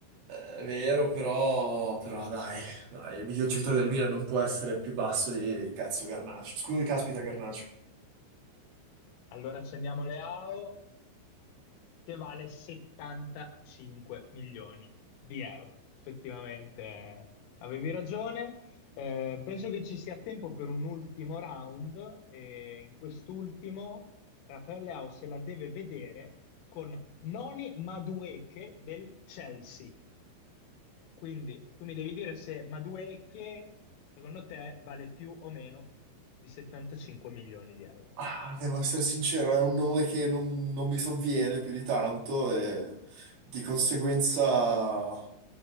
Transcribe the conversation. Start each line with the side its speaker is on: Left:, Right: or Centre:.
Right: è vero, però, però dai, dai, il miglior giocatore del Milan non può essere più basso di cazzo Garnacho. Scusi, caspita, Garnacho.
Left: Allora accendiamo le AO che vale 75 milioni di euro. Effettivamente eh, avevi ragione. Eh, penso che ci sia tempo per un ultimo round e in quest'ultimo Raffaele Leao se la deve vedere con Noni Madueke del Chelsea. Quindi tu mi devi dire se Madueke secondo te vale più o meno di 75 milioni di euro.
Right: Ah, devo essere sincero, è un nome che non, non mi sovviene più di tanto e di conseguenza